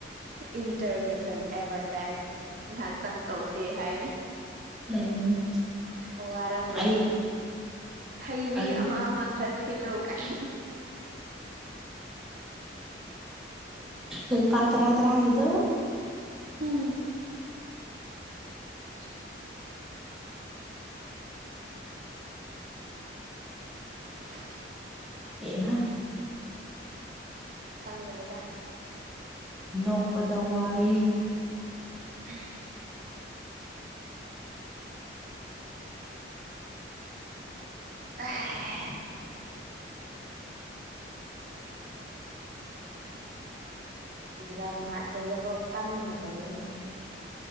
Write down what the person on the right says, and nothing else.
ꯏꯟꯇꯔꯃꯦꯁꯟ ꯑꯦꯗꯚꯔꯇꯥꯏꯁ ꯉꯍꯥꯛꯇꯪ ꯇꯧꯁ ꯍꯥꯏꯅ
ꯑꯣ ꯋꯥꯔꯝꯒꯅꯤ
ꯍꯩ ꯃꯍꯤ
ꯑꯃ ꯑꯃ ꯊꯁꯤ ꯁꯤꯂ ꯀꯥꯏ
ꯎꯝ <unintelligible> <unintelligible>
ꯈꯪꯗꯕꯦꯗ
ꯎꯝ ꯑ
ꯗ꯭ꯔꯃꯥ ꯑꯩꯈꯣꯏꯗꯀꯣ ꯀꯟꯅ ꯇꯧꯔꯤꯅꯦ ꯉꯁꯤ